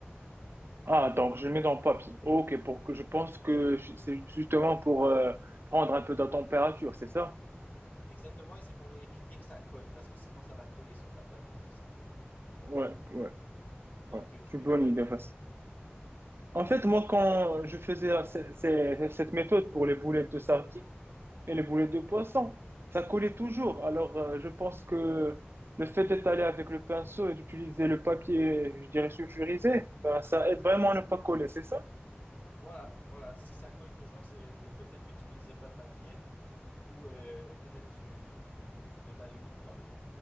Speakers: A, on the right (about 65°); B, on the left (about 50°).
A: Ah, donc je mets dans le papier. Ok, pour que je pense que je- c'est justement pour euh, prendre un peu de température, c'est ça?
B: Exactement, et c'est pour éviter que ça colle, parce que sinon ça va coller sur ta plaque de cuisson.
A: Ouais, ouais,
B: Donc,
A: ouais.
B: euh, tu
A: C'est une
B: mets
A: bonne
B: le papier
A: idée, vas-y.
B: parchemin.
A: En
B: c'est-
A: fait, moi, quand je faisais la- c- c- cette méthode pour les boulettes de sardines, Et les boulettes de poisson, ça collait toujours. Alors, euh, je pense que le fait d'étaler avec le pinceau et d'utiliser le papier, je dirais sulfurisé, ben, ça aide vraiment à ne pas coller, c'est ça?
B: Voilà, voilà. Si ça colle toujours, c'est de- peut-être que tu n'utilisais pas de papier ou euh, peut-être du, du, du- de l'aluminium. Tu